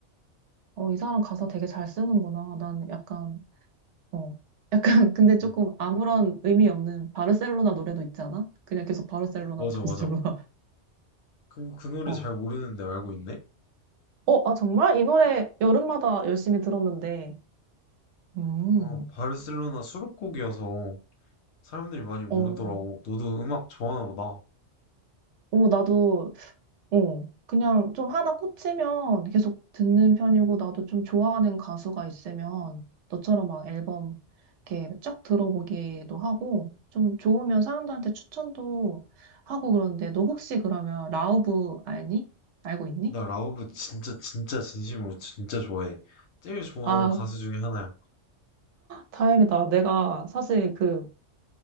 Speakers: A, on the right; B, on the left.
A: 어, 이 사람 가사 되게 잘 쓰는구나. 난 약간, 어, 약간, <laughs> 근데 조금
B: 음.
A: 아무런 의미 없는 바르셀로나 노래도 있잖아? 그냥 계속 바르셀로나,
B: 맞아,
A: 바르셀로나,
B: 맞아. 그, 그
A: <laughs>
B: 노래
A: 어,
B: 잘 모르는데 알고 있네?
A: 어, 아, 정말? 이 노래 여름마다 열심히 들었는데. 음,
B: 어, 바르셀로나 수록곡이어서 사람들이 많이 모르더라고.
A: 어,
B: 너도 음악 좋아하나 보다.
A: 오, 나도 어, 그냥 좀 하나 꽂히면 계속 듣는 편이고, 나도 좀 좋아하는 가수가 있으면 너처럼 막 앨범 이렇게 쫙 들어보기도 하고, 좀 좋으면 사람들한테 추천도 하고 그러는데, 너 혹시 그러면 라우브 알니? 알고 있니?
B: 나 라우브 진짜, 진짜 진심으로 진짜 좋아해. 제일 좋아하는
A: 아,
B: 가수 중에 하나야.
A: 다행이다. 내가 사실 그,